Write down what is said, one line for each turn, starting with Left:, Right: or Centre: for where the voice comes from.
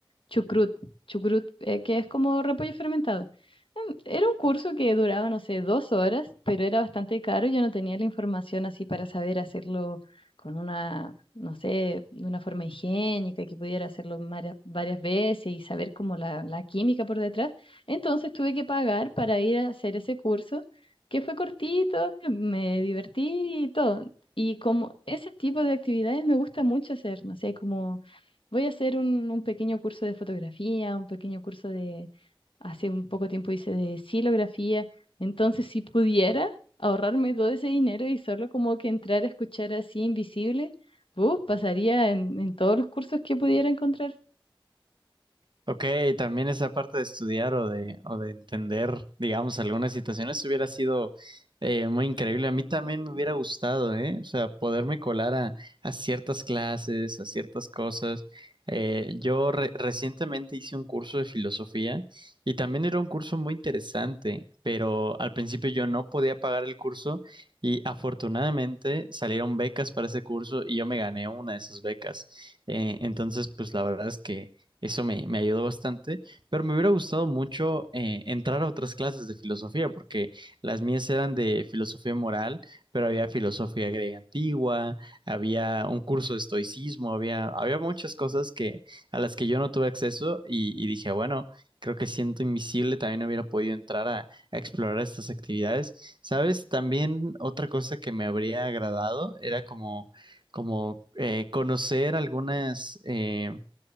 Left: chucrut, chucrut, eh, que es como repollo fermentado. Em, Era un curso que duraba, no sé, dos horas, pero era bastante caro. Yo no tenía la información así para saber hacerlo con una, no sé, de una forma higiénica, que pudiera hacerlo mara- varias veces y saber como la, la química por detrás. Entonces tuve que pagar para ir a hacer ese curso, que fue cortito, me divertí y todo. Y como ese tipo de actividades me gusta mucho hacer, no sé, como voy a hacer un, un pequeño curso de fotografía, un pequeño curso de, hace un poco tiempo hice de silografía, entonces si pudiera ahorrarme todo ese dinero y solo como que entrar a escuchar así invisible, uf, pasaría en, en todos los cursos que pudiera encontrar.
Right: Ok, también esa parte de estudiar o de, o de entender, digamos, algunas situaciones hubiera sido eh, muy increíble. A mí también me hubiera gustado, ¿eh? O sea, poderme colar a, a ciertas clases, a ciertas cosas. Eh, yo re- recientemente hice un curso de filosofía y también era un curso muy interesante, pero al principio yo no podía pagar el curso y afortunadamente salieron becas para ese curso y yo me gané una de esas becas. Eh, entonces, pues la verdad es que... Eso me, me ayudó bastante, pero me hubiera gustado mucho eh, entrar a otras clases de filosofía, porque las mías eran de filosofía moral, pero había filosofía griega antigua, había un curso de estoicismo, había, había muchas cosas que, a las que yo no tuve acceso y, y dije, bueno, creo que siento invisible, también no hubiera podido entrar a, a explorar estas actividades. ¿Sabes? También otra cosa que me habría agradado era como, como eh, conocer algunas... eh,